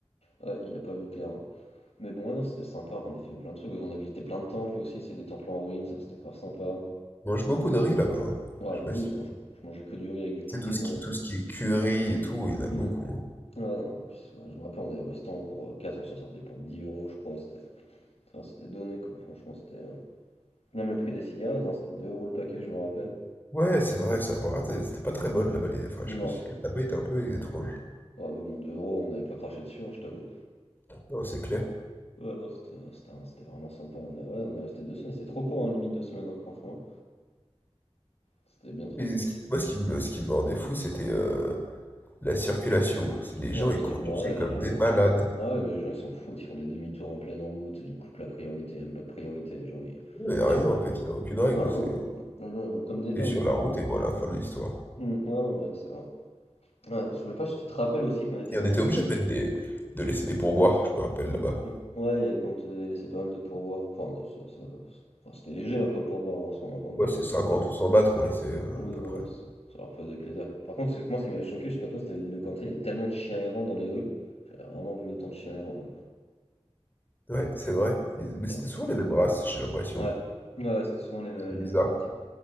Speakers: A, on the left; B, on the left.
A: Ouais, il a pas vu clair. hein. Mais bon, ouais, non, c'était sympa, on a fait plein de trucs, on a visité plein de temples aussi, c'est des temples en ruine, ça c'était grave sympa.
B: On mange beaucoup de riz là-bas. hein.
A: Ouais,
B: Je
A: bah
B: sais pas
A: oui,
B: si tu
A: moi je, je mangeais que du riz avec du poulet,
B: sais, tout ce
A: moi.
B: qui, tout ce qui est curry et tout, il y en a beaucoup.
A: Hmm.
B: hein.
A: Ouais, non, en plus, ouais, je me rappelle, on allait au restaurant pour euh, quatre on s'en sortait pour 10 euros, je crois, c'était Enfin, c'était donné, quoi. Franchement, c'était. euh, Même le prix des cigarettes, hein, c'était 2 euros le paquet, je me rappelle.
B: Ouais, c'est vrai, ça. Bon, attends, c'était pas très bonne là-bas. Les... Enfin,
A: Non.
B: je sais pas si le tabac était un peu étrange.
A: Ouais, mais bon, 2 euros, on n'avait pas craché dessus, hein, je t'avoue.
B: Non, c'est clair.
A: Ouais, non, c'était euh, c'était c'était vraiment sympa. On a, ouais, on a resté deux semaines. C'était trop court, hein, limite deux semaines, hein, franchement. C'était bien trop
B: Mais
A: court,
B: ce qui-
A: je trouve.
B: moi, ce qui me, ce qui me rendait fou, c'était euh, la circulation. C'est les gens,
A: Non, bah,
B: ils
A: c'était
B: conduisaient
A: le bordel,
B: comme
A: les gens.
B: des malades.
A: Ah ouais, mais les gens, ils s'en foutent, ils font des demi-tours en pleine route, ils coupent la priorité, même pas de priorité, les gens, ils,
B: Il n'y a
A: ils
B: rien
A: roulent.
B: en fait, il n'y a aucune règle.
A: Ah,
B: C'est
A: non, les gens, ils roulent comme des
B: t'es
A: dingues.
B: sur
A: hein.
B: la route et voilà, fin de l'histoire.
A: Hum, ouais, non, ouais, c'est vrai. Ouais, je sais pas si tu te rappelles aussi qu'on était
B: Et
A: dans
B: on était
A: notre.
B: obligé de mettre des... de laisser des pourboires, je me rappelle là-bas.
A: Mm. Ouais, il y avait- on te laissait pas mal de pourboires. Enfin, de- ça, ça- enfin, c'était léger hein, comme pourboire en ce moment,
B: Ouais,
A: mais
B: c'est
A: oui,
B: 50
A: fallait-
B: ou 100 bahts qu'on laissait, heu,
A: oui,
B: à peu
A: voilà,
B: près.
A: c'est- ça leur faisait plaisir. Par contre, c'est que moi ce qui m'avait choqué, je sais pas toi, c'était l'île de Canté, il y avait tellement de chiens errants dans les rues. J'avais vraiment vu autant de chiens errants. non.
B: Ouais, c'est vrai. Ils mais c'était
A: Il y en avait-
B: souvent les mêmes races, j'ai l'impression.
A: Ouais, ouais, ouais, c'était souvent les, mêmes
B: C'est
A: les
B: bizarre.
A: mêmes types.